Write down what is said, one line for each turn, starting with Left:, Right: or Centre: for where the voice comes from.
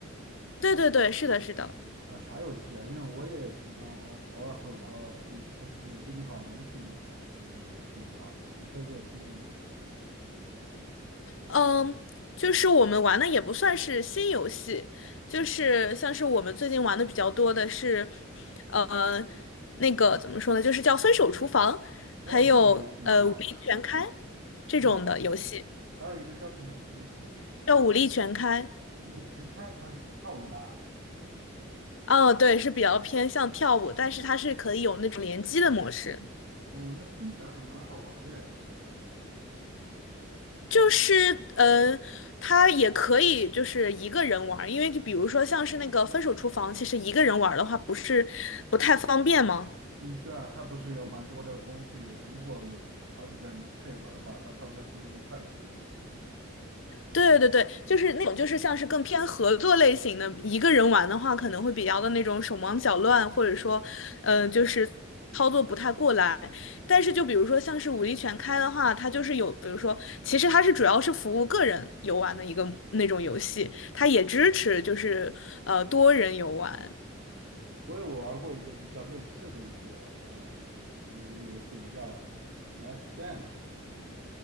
Left: 对对对，是的，是的，
Right: 啊，啥游戏啊？因为我也平常偶偶尔会玩玩 Switch，但是最近好像没什么什么游戏玩吧？你可以给我推荐一些吗？
Left: 嗯，就是我们玩的也不算是新游戏，就是像是我们最近玩的比较多的是，呃，那个怎么说呢，就是叫《分手厨房》，
Right: 哦，
Left: 还有呃《武力全开》
Right: 这个游戏蛮老了，
Left: 这种的游戏。
Right: 什么？还有一个叫什么？没听清，
Left: 要武力全开。
Right: 武力全开，它是跳舞的啊。
Left: 哦，对，是比较偏向跳舞，但是它是可以有那种联机的模式，
Right: 哦，那听起来还蛮好玩的诶
Left: 就是呃，它也可以就是一个人玩儿，因为就比如说像是那个分手厨房，其实一个人玩儿的话不是不太方便吗？
Right: 嗯，对啊，它不是有蛮多的工序，如果有好几个人去配合的话，它上菜速度会快一点。
Left: 对对对，就是那种，就是像是更偏合作类型的，一个人玩的话，可能会比较的那种手忙脚乱，或者说，嗯，就是操作不太过来。但是就比如说像是武力全开的话，它就是有，比如说，其实它是主要是服务个人游玩的一个那种游戏，它也支持就是呃多人游玩，
Right: 我有玩过一个比较类似的一个呃一个游戏，不叫《Let's Dance》，